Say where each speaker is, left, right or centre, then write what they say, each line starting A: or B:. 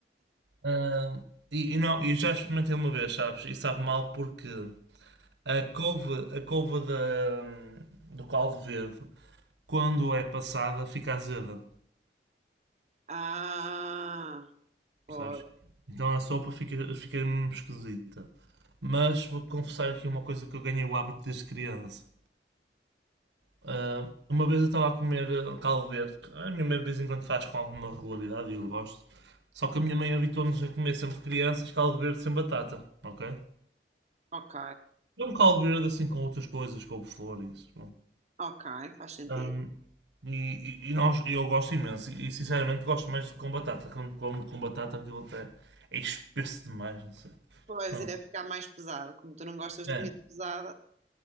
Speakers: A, on the right (about 80°); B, on the right (about 40°).
A: Ah, e, e não, eu já experimentei uma vez, sabes? E sabe mal porque a couve, a couve da, do caldo verde quando é passada, fica azeda,
B: Ah, pois.
A: percebes? Então a sopa fica, fica mesmo esquisita. Mas vou confessar aqui uma coisa que eu ganhei o hábito desde criança. Ah, uma vez eu estava a comer eh, caldo verde, que a minha mãe de vez em quando faz com alguma regularidade e eu gosto. Só que a minha mãe habituou-nos a comer sempre de crianças caldo verde sem batata, ok?
B: Ok,
A: É um caldo verde assim com outras coisas, couve-flor e isso.
B: Ok, faz sentido.
A: Ahm, e, e- e nós, eu gosto imenso. E sinceramente gosto mais de com batata. Quando como com batata aquilo até é espesso demais, não sei.
B: Pois,
A: Pronto.
B: irá ficar mais pesado. Como tu não gostas
A: É,
B: de comida pesada,